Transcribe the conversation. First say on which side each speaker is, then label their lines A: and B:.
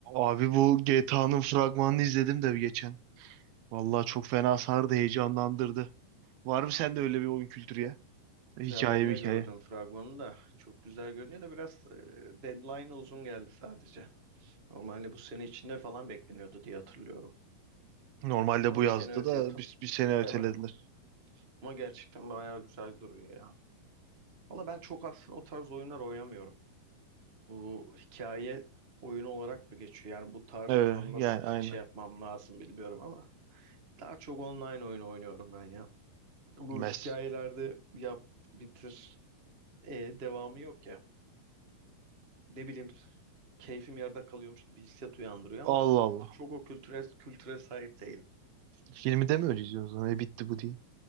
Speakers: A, on the right; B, on the right.
A: Abi bu GTA'nın fragmanını izledim de geçen. Vallahi çok fena sardı, heyecanlandırdı. Var mı sende öyle bir oyun kültürü ya? Hikaye
B: Ya ben
A: mi
B: de
A: hikaye?
B: gördüm fragmanı da çok güzel görünüyor da biraz e, deadline uzun geldi sadece. Normalde bu sene içinde falan bekleniyordu diye hatırlıyorum.
A: Normalde
B: Ama
A: bu
B: bir
A: yazdı
B: sene öteye
A: da
B: atıl
A: bir, bir sene ötelediler.
B: değil mi? Ama gerçekten bayağı güzel duruyor ya. Valla ben çok aslında o tarz oyunlar oynamıyorum. Bu hikaye oyunu olarak mı geçiyor? Yani bu tarzı
A: Evet
B: tam nasıl
A: yani aynen.
B: şey yapmam lazım bilmiyorum ama daha çok online oyun oynuyorum ben ya. Bu
A: Mes.
B: hikayelerde yap bitir e, devamı yok ya. Ne bileyim keyfim yarıda kalıyormuş gibi hissiyat uyandırıyor
A: Allah
B: ama
A: Allah.
B: çok o kültüre, kültüre sahip değilim.
A: Filmi de mi öyle izliyorsun? o zaman? E bitti bu diye.